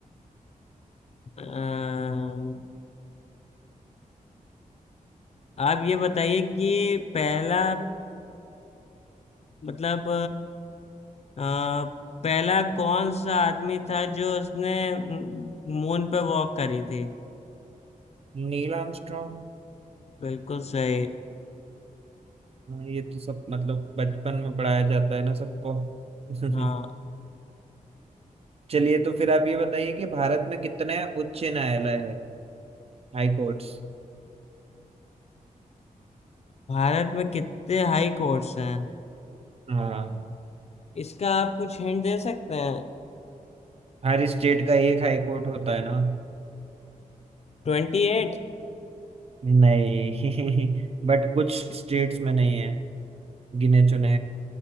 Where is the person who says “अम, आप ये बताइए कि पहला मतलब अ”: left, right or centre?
Left